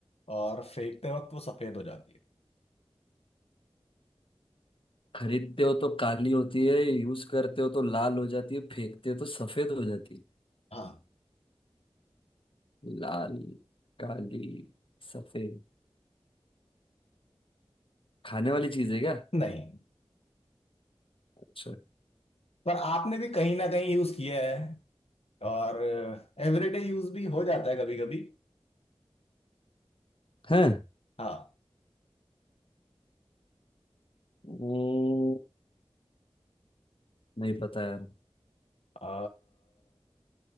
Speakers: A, on the left (about 85°); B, on the left (about 60°).
A: और फेंकते वक्त वो सफेद हो जाती है
B: खरीदते हो तो काली होती है यूज करते हो तो लाल हो जाती है फेंकते हो तो सफेद हो जाती है
A: हाँ
B: लाल काली सफेद खाने वाली चीज है क्या
A: नहीं
B: अच्छा
A: पर आपने भी कहीं ना कहीं यूज किया है और एवरीडे यूज भी हो जाता है कभी कभी
B: है
A: हाँ
B: हम्म, नहीं पता यार
A: आ,